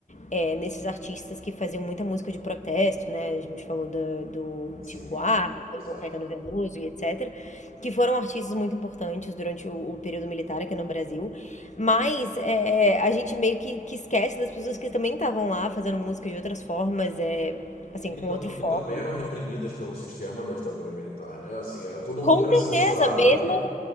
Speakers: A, on the left (about 55°); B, on the left (about 85°).
A: é, nesses artistas que faziam muita música de protesto, né? A gente falou do, do
B: sim,
A: Chico Buarque, tem
B: exato.
A: o Caetano Veloso e etc., que foram artistas muito importantes durante o, o período militar aqui no Brasil. Mas é, a gente meio que, que esquece das pessoas que também estavam lá fazendo música de outras formas, é, assim,
B: E que,
A: com
B: tam,
A: outro
B: e
A: foco.
B: que também eram reprimidas pelo sistema da ditadura militar, né? Assim, era, todo
A: Com
B: mundo era
A: certeza,
B: censurado
A: mesmo
B: ali.